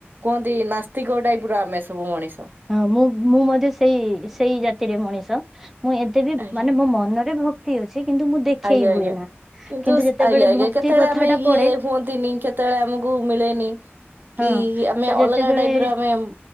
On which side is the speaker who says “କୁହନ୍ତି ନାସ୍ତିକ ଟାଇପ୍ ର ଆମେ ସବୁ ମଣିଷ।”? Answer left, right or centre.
Right